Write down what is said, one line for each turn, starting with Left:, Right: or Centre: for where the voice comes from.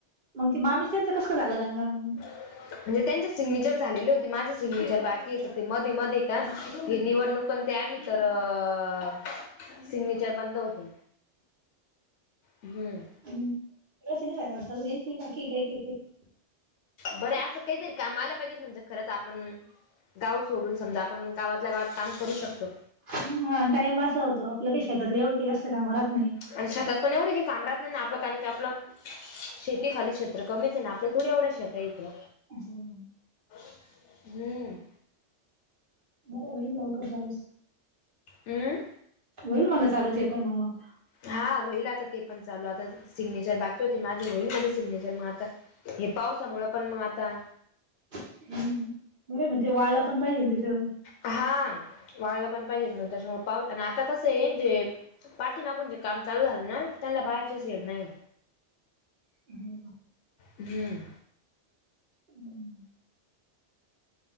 Right: मग ते मामीच्याचं कसं झालं गंगा मामी ते
Left: म्हणजे त्यांचे सिग्नेचर झालेले होते माझे सिग्नेचर बाकी येत ते मध्ये मध्ये का‌. ह निवडणूकण अणं ते आली तर अ सिग्नेचर बंद होते. हम्म
Right: हम्म. बाकी आहे काय काय <inaudible>
Left: बरं असं काहीतरी कामा आला पाहिजे म्हणजे करता. पण गाव सोडून समजा आपण गावातल्या गावात काम करू शकतो.
Right: हा आणि टाइम ब असा होतो आपलं काही शेतातले एवढं काही जास्त काम राहत नाही.
Left: आणि शेतात पण एवढे की काम राहत नाही ना आपलं कारण की आपलं शेती खाली क्षेत्र कमीच आहे ना आपल्या थोडी एवढं शेत आहे इथे.
Right: हम्म
Left: हम्म
Right: बरं होईल लवकर चालूस.
Left: हम्म
Right: होईल म्हण चालू ते पण मग.
Left: हा होईल आता ते पण चालू आता, सिग्नेचर बाकी होती माझी होईल म्हणे सिग्नेचर मग आता. हे पावसामुळे पण मग आता.
Right: हम्म नाही मग ते वाळा पण पाहिजे तीथ.
Left: हा वाळलं पण पाहिजेत म त्यांच्यामुळे पाऊस आणि आता कसं आहे जे पाठी मागून जे काम चालू झाले ना त्यांना बाहेरचेच येत नाही.
Right: हम्म
Left: हम्म
Right: हम्म